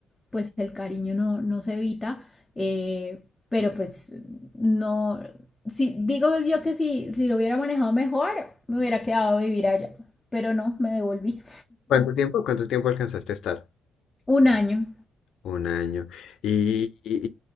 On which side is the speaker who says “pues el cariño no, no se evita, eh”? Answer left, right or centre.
Left